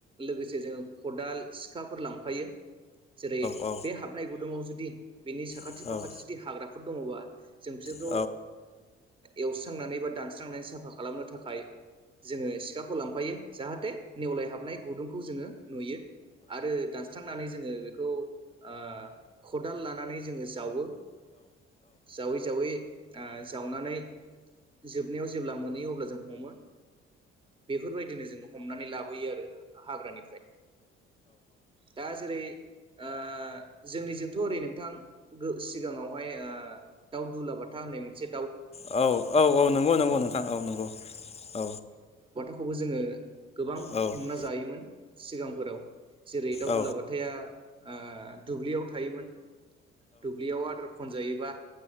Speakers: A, on the right; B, on the left.
A: लोगोसे जोङो खदाल सिखाफोर लांफायो। जेरै
B: औ
A: हाबलाय गुदुङाव जुदि बेनि साखाथि
B: औ
A: फाखाथि
B: औ
A: जुदि हाग्रा फोर दङ'बा जों बिसोरखौ
B: औ नंगौ औ
A: ओ एवस्रांनानै बा दानस्रांनानै साफा खालामनो थाखाय जोङो सिखाखौ लांफायो। जाहाथे नेवलाय हाबनाय गुदुं खौ जोङो नुयो। आरो दानस्रांनानै जोङो बेखौ ओ खदाल लाना नै जोङो जावो। जावै जावै ओ जावनानै जोबनायाव जेब्ला मोनहैयो अब्ला जों हमो। बेफोरबायदिनो जोङो हमनानै ला बोयो आरो हाग्रानिफ्राय दा जेरै ओ जोंनिजोंथ' ओरै नोंथां गो सिगाङावहाय ओ दाउ दुलाबाथा होननाय मोनसे
B: औ औ नंगौ नंगौ नोंथां औ नंगौ औ
A: खौबो जोङो गोबां
B: औ
A: हमना
B: नंगौ औ
A: जायोमोन सिगांफोराव। जेरै दाउ
B: औ
A: दुलाबथाया आ दुब्लियाव थायोमोन। दुब्लियाव आदार खनजायोबा